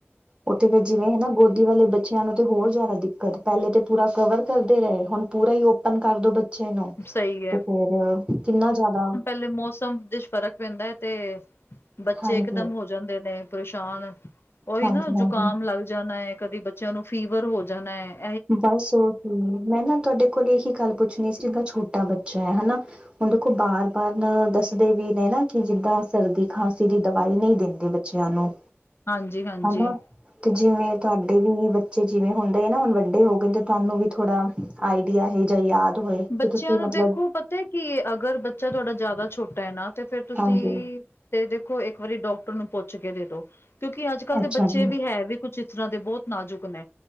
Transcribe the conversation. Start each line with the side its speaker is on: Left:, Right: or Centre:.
Right: ਓਥੇ ਫੇਰ ਜਿਵੇਂ ਹਨਾ ਗੋ ਦੀ ਵਾਲੇ ਬੱਚਿਆਂ ਨੂੰ ਤੇ ਹੋਰ ਜਆਦਾ ਦਿੱਕਤ, ਪੈਲੇ ਤੇ ਪੂਰਾ ਕਵਰ ਕਰਦੇ ਰਏ ਹੁਨ ਪੂਰਾ ਈ ਓਪਨ ਕਰ ਦੋ ਬ ਬੱਚੇ ਨੂੰ
Left: ਸਹੀ
Right: ਤੇ ਫੇਰ, ਕਿੰਨਾ ਜਆਦਾ
Left: ਨਲ਼ੇ ਮੌਸਮ ਦੇ ਚ ਫਰਕ ਪੈਂਦਾ ਤੇ, ਬੱਚੇ
Right: ਹਾਂਜੀ
Left: ਇਕ ਦਮ ਹੋ ਜਾਂਦੇ ਨੇ, ਪਰੇਸ਼ਾਨ। ਓਹੀ
Right: ਹਾਂਜੀ
Left: ਨਾ
Right: ਹਾਂਜੀ
Left: ਜੁਕਾਮ ਲੱਗ ਜਾਨਾ ਏ ਕਦੀ ਬੱਚਿਆਂ ਨੂੰ ਫੀਵਰ ਹੋ ਜਾਨਾ ਏ
Right: ਬਸ ਔਰ ਕੀ, ਮੈਂ ਨਾ ਤਾਡੇ ਕੋਲ ਏਹੀ ਗੱਲ ਪੁੱਛਨੀ ਸੀ ਜਿਦਾਂ ਛੋਟਾ ਬੱਚਾ ਹਨਾ ਹੁਨ ਦੇਖੋ ਬਾਰ -ਬਾਰ ਦੱਸਦੇ ਵੀ ਨੇ ਨਾ ਕਿ ਜਿੱਦਾਂ ਸਰਦੀ- ਖਾਂਸੀ ਦੀ ਦਵਾਈ ਨਈ ਦੇਂਦੇ ਬੱ ਚਿਆਂ ਨੂੰ।
Left: ਹਾਂਜੀ -ਹਾਂਜੀ।
Right: ਹਨਾ ਤੇ ਜਿਵੇਂ ਤਾਡੇ ਵੀ ਬੱਚੇ, ਜਿਵੇਂ ਹੁੰਦੇ ਆ ਨਾ ਓਨ ਵਾਲੀ ਓ ਹੋ ਗਏ ਤੇ ਤਾਨੂੰ ਵੀ ਥੋੜਾ ਆਈਡੀਆ ਇਹੋ ਜਿਆ ਯਾਦ ਹੋਏ
Left: ਬੱਚਿਆਂ
Right: ਕਿ ਤੁਸੀਂ
Left: ਨੂੰ
Right: ਮਤਲਬ
Left: ਦੇਖੋ ਪਤੈ ਕੀ ਏ ਅਗਰ ਬੱਚਾ ਤੁਆਡਾ ਜਆਦਾ ਛੋਟਾ ਏ ਨਾ ਤੇ ਫੇਰ ਤੁਸੀ
Right: ਹਾਂਜੀ
Left: ਤੇ ਦੇਖੋ ਏਕ ਵਾਰੀ ਡਾਕਟਰ ਪੁੱਛ ਕੇ ਦੇ ਦੋ ਕਿਉਂਕਿ, ਅੱਜ- ਕੱਲ ਦੇ
Right: ਅੱਛਾ
Left: ਬੱਚੇ
Right: ਜੀ
Left: ਵੀ ਹੈ ਵੀ ਕੁਛ ਇ ਤਰ੍ਹਾਂ ਦੇ ਬੌਤ ਨਾਜੁਕ ਨੇ